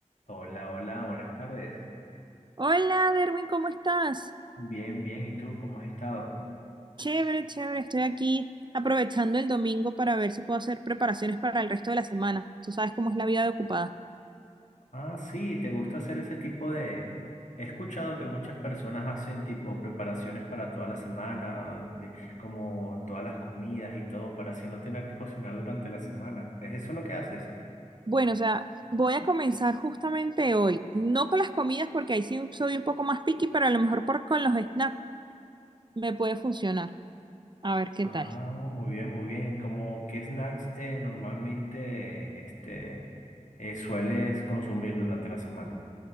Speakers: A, on the left; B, on the right.
A: Hola, hola, buenas tardes.
B: Hola, Derwin, ¿cómo estás?
A: Bien, bien, ¿y tú cómo has estado?
B: Chévere, chévere, estoy aquí aprovechando el domingo para ver si puedo hacer preparaciones para el resto de la semana. Tú sabes cómo es la vida de ocupada.
A: Ah, sí, ¿te gusta hacer ese tipo de... He escuchado que muchas personas hacen tipo preparaciones para toda la semana, de- como todas las comidas y todo, para así no tener que cocinar durante la semana. ¿Es eso lo que haces?
B: Bueno, o sea, voy a comenzar justamente hoy, no con las comidas porque ahí sí soy un poco más picky, pero a lo mejor por, con los snacks me puede funcionar. A ver qué
A: Ah,
B: tal.
A: muy bien, muy bien. ¿Y como qué snacks eh, normalmente este, eh, sueles consumir durante la semana?